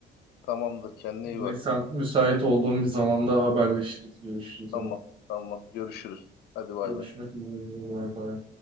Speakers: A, on the left; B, on the right.
A: Tamamdır kendine
B: Yine
A: iyi bak.
B: sen müsait olduğun bir zamanda haberleşiriz, görüşürüz.
A: Tamam,
B: Yani
A: tamam. Görüşürüz. Hadi bay
B: Görüşmek
A: bay.
B: üzere. Bay bay.